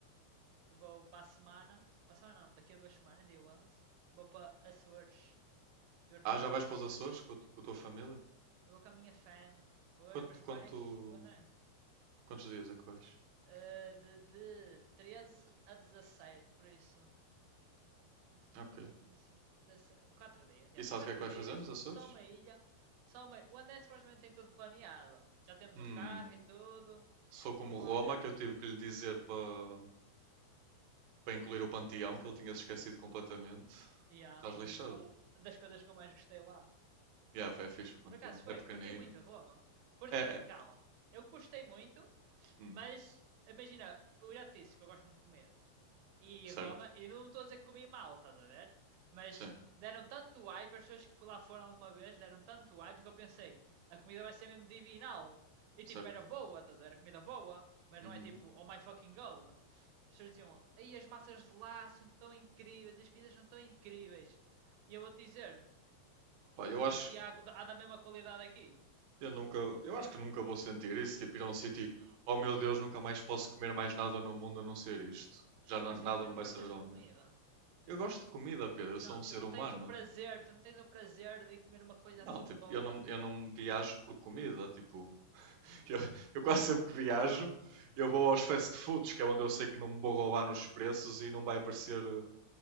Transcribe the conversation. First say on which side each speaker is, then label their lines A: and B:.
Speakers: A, on the right; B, on the right.
A: que vou para a semana, para a semana não, daqui a duas semanas, dia 11, vou para Açores, Portugal,
B: Ah, já vais
A: Açores.
B: para os Açores com, a tu- com a tua família?
A: Eu vou com a minha fam, vou
B: Quanto,
A: eu, os meus pais
B: quanto-
A: e o André.
B: quantos dias é que vais?
A: Eh, de, de 13 a dezassete. por isso. 13, 14,
B: Ok.
A: 15, 16, 4 dias, já.
B: E sabes
A: quatro
B: o que é que vais
A: dias,
B: fazer nos Açores?
A: só uma ilha. Só uma... O André supostamente tem tudo planeado. Já temos
B: Hum,
A: o carro e tudo.
B: se for como
A: Vamos
B: Roma,
A: lá ver.
B: que eu tive que lhe dizer para para incluir o Panteão, que ele tinha se esquecido completamente,
A: E há
B: estás lixado.
A: o, o- das coisas que eu mais gostei lá.
B: Yeah, foi fixe o Panteão.
A: Por acaso foi,
B: É pequenino.
A: curti muito Roma. Curti
B: É,
A: até,
B: é.
A: calma. Eu gostei muito,
B: Hum,
A: mas imagina, eu já te disse que eu gosto muito de comer. e
B: certo?
A: Roma, e não estou a dizer que comi mal, estás a ver? Mas
B: Sim,
A: deram tanto hype, as pessoas que lá foram alguma vez deram tanto hype que eu pensei, a comida vai ser mesmo divinal. E
B: certo.
A: tipo, era boa, estás a ver? Era comida boa, mas
B: Uhum.
A: não é tipo, oh my fucking god. As pessoas diziam, aí as massas de lá são tão incríveis, as pizzas são tão incríveis. E eu vou te dizer,
B: Pá, eu acho,
A: aqui há, há da mesma qualidade aqui.
B: Eu nunca, eu acho que nunca vou sentir isso, tipo ir a um sítio, oh meu Deus, nunca mais posso comer mais nada no mundo a não ser isto. Já
A: Sim,
B: na-
A: mas
B: nada
A: tu também
B: me
A: não
B: vai saber
A: gostas de
B: ao
A: comida.
B: mesmo. Eu gosto de comida, Pedro, eu
A: Não,
B: sou um ser
A: tu não
B: humano.
A: tens o prazer, tu não tens o prazer de comer uma coisa
B: Não,
A: assim
B: tipo,
A: boa.
B: eu não, eu não viajo por comida, tipo, <laughs> eu, eu quase sempre que viajo, eu vou aos fast foods, que é onde eu sei que não me vou roubar nos preços e não vai aparecer